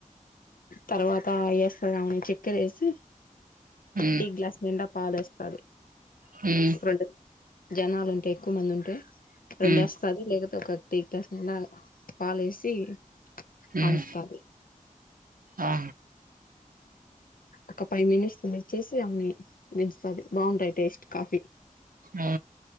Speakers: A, on the left; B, on the right.
A: తర్వాత అయేస్తదమె చక్కరేసి
B: ఉమ్
A: టీ గ్లాస్ నిండా పాలేస్తది
B: హ్మ్
A: రెండు జనాలు ఉంటె ఎక్కువ్ మందుంటే రెండు
B: ఉమ్
A: ఎస్తది లేక్పోతే ఒక డికాషన్ లాగ పాలేసి కాంచుతాది
B: ఉమ్ ఆ
A: ఒక పై మినిట్స్ వెయిట్ చేసి అవుని దించుతాది బాగుంటాయ్ టేస్ట్ కాఫీ
B: ఆ